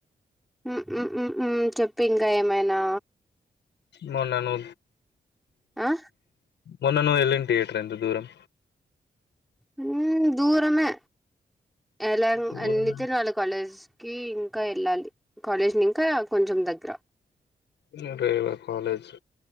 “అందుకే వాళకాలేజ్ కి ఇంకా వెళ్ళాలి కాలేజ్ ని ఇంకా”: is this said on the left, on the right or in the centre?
Centre